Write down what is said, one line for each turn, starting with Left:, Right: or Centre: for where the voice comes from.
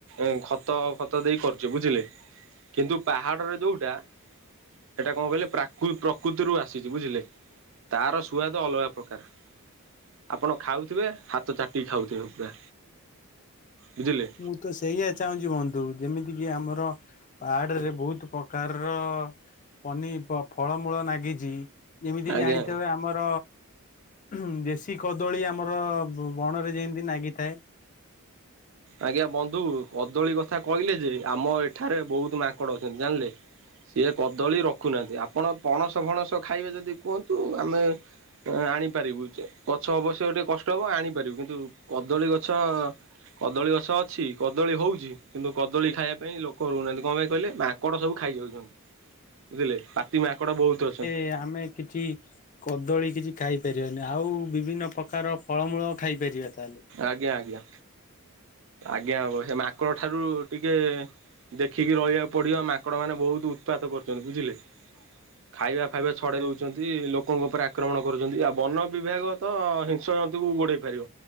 Right: ଏ ଖତ ଫତ ଦେଇ କରୁଚି ବୁଝିଲେ। କିନ୍ତୁ ପାହାଡରେ ଯୋଉଟା ସେଟା କଣ କହିଲେ ପ୍ରାକୁ ପ୍ରକୃତିରୁ ଆସିଚି ବୁଝିଲେ ତାର ସୁଆଦ ଅଲଗା ପ୍ରକାର ଆପଣ ଖାଉଥିବେ ହାତ ଚାଟିକି ଖାଉଥିବେ ପୁରା। ବୁଝିଲେ।
Left: ମୁଁ ତ ସେଇଆ ଚାହୁଁଚି ବନ୍ଧୁ ଯେମିତିକି ଆମର ପାହାଡେରେ ବହୁତ ପ୍ରକାରର ପନି ପ-ଫଳମୂଳ ନାଗିଚି। ଯେମିତି
Right: ଆଜ୍ଞା
Left: ଜାଣିଥେବେ ଆମର ହୁଁ ଦେଶୀ କଦଳୀ ଆମର ବଣରେ ଯେନ୍ତି ନାଗିଥାଏ।
Right: ଆଜ୍ଞା ବନ୍ଧୁ କଦଳୀ କଥା କହିଲେ ଯେ ଆମ ଏଠାରେ ବହୁତୁ ମାଙ୍କଡ ଅଛନ୍ତି ଜାଣିଲେ। ସିଏ କଦଳୀ ରଖୁ ନାହାଁନ୍ତି ଆପଣ ପଣସ ଫଣସ ଖାଇବେ ଯଦି କୁହନ୍ତୁ ଆମେ ଆଣିପାରିବୁ ଯ ଗଛ ଅବଶ୍ୟ ଟିକେ କଷ୍ଟ ହବ ଆଣି ପାରିବୁ କିନ୍ତୁ କଦଳୀ ଗଛ କଦଳୀ ଗଛ ଅଛି କଦଳୀ ହେଉଛି କିନ୍ତୁ କଦଳୀ ଖାଇବା ପାଇଁ ଲୋକ ରହୁ ନାହାଁନ୍ତି କଣ ପାଇଁ କହିଲେ ମାଙ୍କଡ଼ ସବୁ ଖାଇଯାଉଛନ୍ତି। ବୁଝିଲେ ପାତି ମାଙ୍କଡ ବହୁତ୍ ଅଛନ୍ତି।
Left: ଏ ଆମେ କିଛି କଦଳୀ କିଛି ଖାଇପାରିବାନି ଆଉ ବିଭିନ୍ନ ପ୍ରକାର ଫଳମୂଳ ଖାଇପାରିବା ତାହେଲେ।
Right: ଆଜ୍ଞା ଆଜ୍ଞା ଆଜ୍ଞା ହବ ସେ ମାଙ୍କଡ଼ ଠାରୁ ଟିକେ ଦେଖିକି ରହିବାକୁ ପଡିବ ମାଙ୍କଡ ମାନେ ବହୁତ୍ ଉତ୍ପାତ କରୁଛନ୍ତି ବୁଝିଲେ। ଖାଇବା ଫାଇବା ଛଡ଼େଇ ଦଉଛନ୍ତି ଲୋକଙ୍କ ଉପରେ ଆକ୍ରମଣ କରୁଛନ୍ତି ଆଉ ବନ ବିଭାଗ ତ ହିଁ ସ ଜନ୍ତୁକୁ ଗୋଡ଼େଇ ପାରିବ।